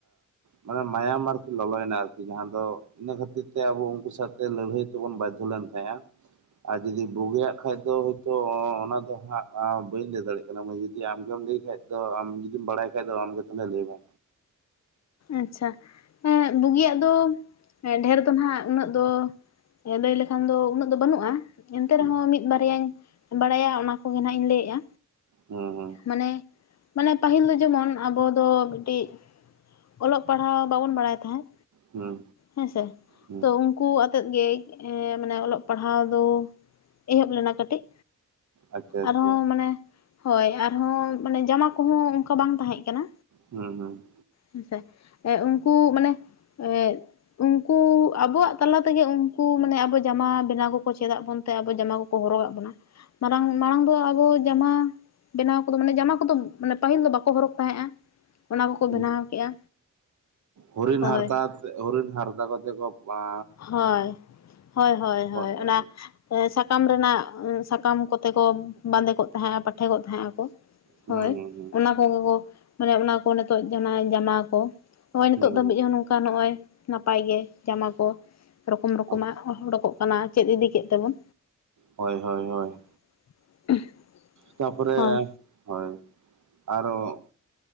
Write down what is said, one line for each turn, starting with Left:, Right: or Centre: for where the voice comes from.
Right: ᱢᱟᱱᱮ ᱢᱟᱭᱟᱢ ᱟᱨᱠᱤ ᱞᱚᱞᱚᱭᱮᱱᱟ ᱟᱨᱠᱤ ᱡᱟᱦᱟᱸ ᱫᱚ ᱤᱱᱟᱹ ᱠᱷᱟᱹᱛᱤᱨ ᱛᱮ ᱟᱵᱚ ᱩᱱᱠᱩ ᱥᱟᱶᱛᱮ ᱞᱟᱹᱲᱦᱟᱹᱭᱼᱼ ᱛᱮᱵᱚᱱ ᱵᱟᱫᱽᱫᱷᱚ ᱞᱮᱱ ᱛᱟᱦᱮᱸᱜᱼᱟ᱾ ᱟᱨ ᱡᱩᱫᱤ ᱵᱩᱜᱤᱭᱟᱜ ᱠᱷᱟᱡ ᱫᱚ ᱦᱭᱛᱚᱻ ᱚᱱᱟ ᱫᱚ ᱦᱟᱸᱜ ᱵᱟᱹᱧ ᱞᱟᱹᱭ ᱫᱟᱲᱮᱭᱟᱜᱼᱟ, ᱠᱟᱱᱟ ᱡᱩᱫᱤ ᱟᱢ ᱜᱮᱢ ᱞᱟᱹᱭ ᱠᱷᱟᱡ ᱫᱚ ᱟᱢ ᱡᱩᱫᱤᱢ ᱵᱟᱲᱟᱭ ᱠᱷᱟᱡ ᱫᱚ ᱟᱢ ᱜᱮ ᱛᱟᱦᱚᱞᱮ ᱞᱟᱹᱭ ᱢᱮ?
Left: ᱟᱪᱪᱷᱟ ᱦᱮᱸ ᱵᱩᱜᱤᱭᱟᱜ ᱫᱚ ᱰᱷᱮᱨ ᱫᱚ ᱦᱟᱸᱜ ᱩᱱᱟᱹᱜ ᱫᱚ᱾ ᱮ ᱞᱟᱹᱭ ᱞᱮᱠᱷᱟᱱ ᱫᱚ ᱩᱱᱟᱹᱜ ᱫᱚ ᱵᱟᱹᱱᱩᱜᱼᱟ᱾ ᱮᱱᱛᱮ
Right: ᱦᱩᱸ
Left: ᱨᱮᱦᱚᱸ ᱢᱤᱫ ᱵᱟᱨᱭᱟᱧ ᱵᱟᱲᱟᱭᱟ ᱚᱱᱟ ᱠᱚᱜᱮ ᱱᱟᱸᱜ ᱤᱧ ᱞᱟᱹᱭᱮᱫᱼᱟ,
Right: ᱦᱩᱸ
Left: ᱢᱟᱱᱮ ᱢᱟᱱᱮ ᱯᱟᱹᱦᱤᱞ ᱫᱚ ᱡᱮᱢᱚᱱ ᱟᱵᱚ ᱫᱚ ᱢᱤᱫᱴᱤᱡᱼᱼ ᱚᱞᱚᱜ ᱯᱟᱲᱦᱟᱣ ᱵᱟᱵᱚᱱ ᱵᱟᱲᱟᱭ ᱛᱟᱦᱮᱸᱜ
Right: ᱦᱩᱸ
Left: ᱦᱮᱸᱥᱮ
Right: ᱦᱩᱸ
Left: ᱛᱚ ᱩ. ᱱᱠᱩ ᱟᱛᱮᱫ ᱜᱮ ᱢᱟᱱᱮ ᱚᱞᱚᱜ ᱯᱟᱲᱦᱟᱣ ᱫᱚ ᱮᱦᱚᱵ ᱞᱮᱱᱟ ᱠᱟᱹᱴᱤᱡ᱾
Right: ᱟᱪᱪᱷᱟ ᱟᱪᱪᱷᱟ
Left: ᱟᱨᱦᱚᱸ ᱢᱟᱱᱮ ᱦᱳᱭ ᱟᱨᱦᱚᱸ ᱢᱟᱱᱮ ᱡᱟᱢᱟ ᱠᱚᱦᱚᱸ ᱚᱱᱠᱟ ᱵᱟᱝ ᱛᱟᱦᱮᱸᱜ ᱠᱟᱱᱟ᱾
Right: ᱦᱩᱸ ᱦᱩᱸ᱾
Left: ᱦᱮᱸᱥᱮ ᱩᱱᱠᱩ ᱢᱟᱱᱮ ᱮᱼᱼ ᱩᱱᱠᱩ ᱟᱵᱚᱣᱟᱜ ᱛᱟᱞᱟ ᱛᱮᱜᱮ ᱩᱱᱠᱩ ᱢᱟᱱᱮ ᱟᱵᱚ ᱡᱟᱢᱟ ᱵᱮᱱᱟᱣ ᱠᱚᱠᱚ ᱪᱮᱫᱟᱜ ᱵᱚᱱᱛᱮ ᱟᱵᱚ ᱡᱟᱢᱟᱼᱼ ᱠᱚ ᱦᱚᱨᱚᱜᱫ ᱵᱚᱱᱟ, ᱵᱟᱝ ᱢᱟᱲᱟᱝ ᱫᱚ ᱟᱵᱚ ᱡᱟᱢᱟᱼᱼ ᱵᱮᱱᱟᱣ ᱠᱚᱫᱚ ᱢᱟᱱᱮ ᱡᱟᱢᱟ ᱠᱚᱫᱚ ᱢᱟᱱᱮ ᱯᱟᱹᱦᱤᱞ ᱫᱚ ᱵᱟᱠᱚ ᱦᱚᱨᱚᱜ ᱛᱟᱦᱮᱸᱫᱼᱟ ᱚᱱᱟ ᱠᱚᱠᱚ
Right: ᱦᱩᱸ
Left: ᱵᱮᱱᱟᱣ ᱠᱮᱜᱼᱟ
Right: ᱦᱚᱨᱤᱱ
Left: ᱦᱳᱭ
Right: ᱦᱟᱨᱛᱟ ᱦᱚᱨᱤᱱ ᱦᱟᱨᱛᱟ ᱠᱚᱛᱮ ᱠᱚ ᱵᱟ‌ᱼᱼ
Left: ᱦᱳᱭ ᱦᱳᱭ ᱦᱳᱭ ᱦᱳᱭ
Right: ᱛᱟᱦᱮᱸᱱᱟ
Left: ᱚᱱᱟᱼᱼ ᱮ ᱥᱟᱠᱟᱢ ᱨᱮᱱᱟᱜ ᱥᱟᱠᱟᱢ ᱠᱚᱛᱮ ᱠᱚ ᱵᱟᱸᱫᱮ ᱠᱚᱜ ᱛᱟᱦᱮᱸᱜᱼᱟ ᱯᱟᱴᱷᱮᱠᱜ ᱛᱟᱦᱮᱸᱜᱼᱟ ᱠᱚ᱾
Right: ᱦᱩᱸ
Left: ᱦᱳᱭ
Right: ᱦᱩᱸ ᱦᱩᱸ
Left: ᱚᱱᱟ ᱠᱚᱜᱮ ᱠᱚ ᱢᱟᱱᱮ ᱚᱱᱟ ᱠᱚ ᱱᱤᱛᱚᱜ ᱡᱟᱦᱟᱸ ᱡᱟᱢᱟ ᱠᱚ ᱱᱚᱜᱼᱚᱭ ᱱᱤᱛᱚᱜ
Right: ᱦᱩᱸ
Left: ᱫᱷᱟᱹᱵᱤᱡ ᱦᱚᱸ ᱱᱚᱝᱠᱟ ᱱᱚᱜᱼᱚᱭ ᱱᱟᱯᱟᱭ ᱜᱮ ᱡᱟᱢᱟ ᱠᱚ ᱨᱚᱠᱚᱢ ᱨᱚᱠᱚᱢᱟᱜ
Right: ᱦᱩᱸ
Left: ᱩᱰᱩᱠᱚᱜ ᱠᱟᱱᱟ ᱪᱮᱫ ᱤᱫᱤ ᱠᱮᱫ ᱛᱮᱵᱚᱱ
Right: ᱦᱳᱭ ᱦᱳᱭ ᱦᱳᱭ
Left: <unintelligible>
Right: ᱛᱟᱯᱚᱨᱮ
Left: ᱦᱳᱭ
Right: ᱦᱳᱭ ᱟᱨᱚᱼᱼ